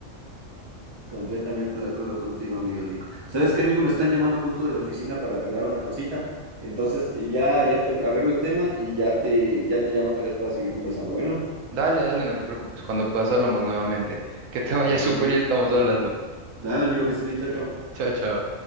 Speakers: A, on the right; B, on the right.
A: Completamente de acuerdo contigo, amigo Nico. ¿Sabes qué, amigo? Me están llamando justo de la oficina para arreglar una cosita. Entonces, y ya, ya te arreglo el tema y ya te, ya te llamo otra vez para seguir conversando. Bueno,
B: Dale, dale, no te preocupes, cuando puedas hablamos nuevamente. Que te vaya
A: de
B: súper
A: bueno, amigo.
B: y estamos hablando.
A: Dale, amigo, que estés bien, chao, chao.
B: Chao, chao.